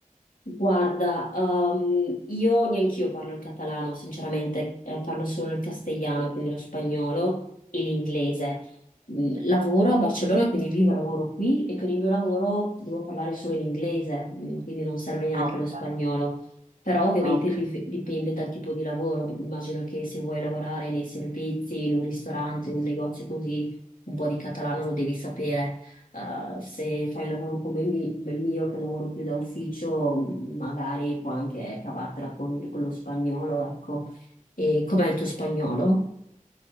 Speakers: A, on the left; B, on the right.
A: Guarda, ehm, io neanch'io parlo il catalano, sinceramente, eh, parlo solo il castigliano, quindi lo spagnolo e l'inglese. Mm, Lavoro a Barcellona, quindi vivo e lavoro qui e con il mio lavoro devo parlare solo l'inglese, mm, quindi non serve neanche
B: Ah, ok.
A: lo spagnolo. Però ovviamente
B: Ah, ok.
A: dif- dipende dal tipo di lavoro. Immagino che se vuoi lavorare nei servizi, in un ristorante, in un negozio così, un po' di catalano lo devi sapere. Eh, se fai un lavoro come, mi- come il mio, che lavoro più da ufficio, magari puoi anche cavartela con, con lo spagnolo, ecco. E com'è il tuo spagnolo?